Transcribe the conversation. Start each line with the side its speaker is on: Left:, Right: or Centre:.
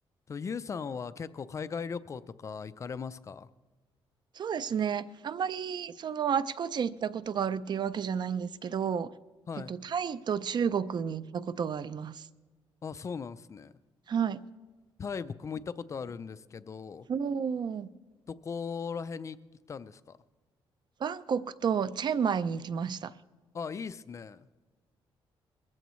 Left: と、ゆうさんは結構海外旅行とか行かれますか
Right: そうですね。あんまり、その、あちこち行ったことがあるっていうわけじゃないんですけど、
Left: はい。
Right: えっと、タイと中国に行ったことがあります。
Left: あ、そうなんですね。
Right: はい。
Left: タイ僕も行ったことあるんですけど、
Right: おー、
Left: どこら辺に行ったんですか
Right: バンコクとチェンマイに行きました。
Left: あ、いいっすね。